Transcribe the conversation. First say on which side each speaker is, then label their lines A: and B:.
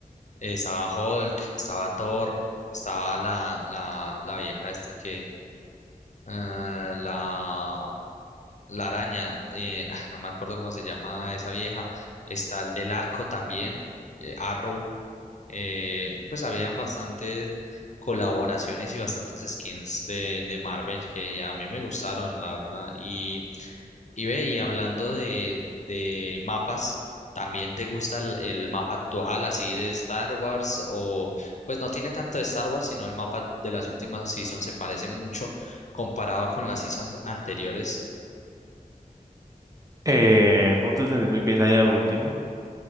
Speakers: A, on the left (about 55°); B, on the right (about 25°).
A: eh, estaba Hulk, estaba Thor, estaba la, la, la vieja esta que, eh, la, la araña, eh, <laughs> ah, no me acuerdo cómo se llama esa vieja, está el del arco también, eh, Arrow, eh, pues habían bastantes colaboraciones y bastantes skins de, de Marvel que a mí me gustaron, la verdad, y Y ve, y hablando de, de mapas, ¿también te gusta el, el mapa actual, así de Star Wars? O, pues no tiene tanto de Star Wars, sino el mapa de las últimas seasons se parece mucho comparado con las seasons anteriores.
B: Eh, no te entendí muy bien ahí al último.